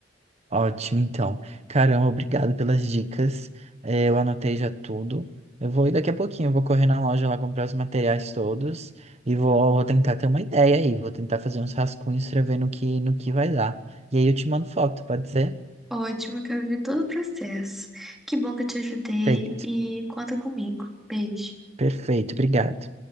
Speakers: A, on the right (about 35°); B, in the centre.
A: Ótimo, então. Caramba, obrigado pelas dicas. Eh, Eu anotei já tudo. Eu vou ir daqui a pouquinho, eu vou correr na loja lá comprar os materiais todos e vou, vou tentar ter uma ideia aí. Vou tentar fazer uns rascunhos para ver no que, no que vai dar. E aí eu te mando foto, pode ser?
B: Ótimo, eu quero ver todo o processo. Que bom que eu te ajudei
A: Perfeito,
B: e conta comigo. Beijo.
A: perfeito, obrigado.